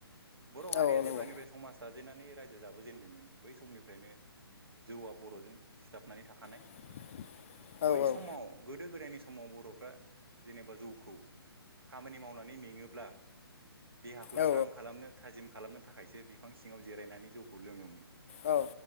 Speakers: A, on the right; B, on the left.
A: बर' हारिया
B: औ औ
A: जेब्लानिफ्राय
B: नंगौ
A: समाजा। जाजेनानै रायजो जाबोजेनदोंमोन बै समनिफ्रायनो जौआ बर'जों सिथाबनानै थाखानाय।
B: <inaudible> <inaudible>
A: बै
B: औ
A: समाव गोदो गोदायनि समाव बर'फ्रा जेनेबा जौखौ खामानि मावनानै मेङोब्ला देहाखौ
B: औ
A: स्रां खालामनो थाजिम खालाम। खालामनो थाखायसो बिफां सिङाव जिरायनानै जौखौ लोङोमोन
B: औ